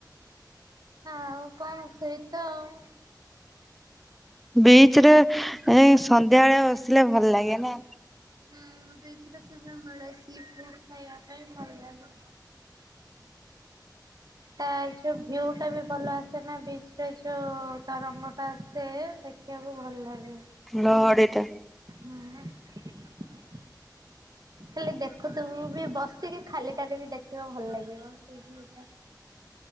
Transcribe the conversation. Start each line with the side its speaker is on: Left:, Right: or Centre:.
Right: ଆଉ କଣ ସେଇତ ଆଉ?
Centre: ବିଚରେ ଏ ସନ୍ଧ୍ୟା ବେଳିଆ ବସିଲେ ଭଲ ଲାଗେ ନା।
Right: ହୁଁ ବିଚରେ ସେ ଯଉଁ ମିଳେ ସି ଫୁଡ ଖାଇବା ପାଇଁ ଭଲ ଲାଗେ। ତା ଯୋଉ ଭିଉ ଟା ବି ଭଲ ଆସେ ନା ବିଚରେ ଯୋଉ ତରଙ୍ଗ ଟା ଆସେ ସେ ଦେଖିଆକୁ ଭଲ ଲାଗେ।
Centre: ଲହଡ଼ିଟା।
Right: ହଁ ବା। ଖାଲି ଦେଖୁଥୁିବୁ ବି ବସିକି ଖାଲିଟାରେ ବି ଦେଖିବା ଭଲ ଲାଗିବ ସେଇ ଭିୟୁଟା।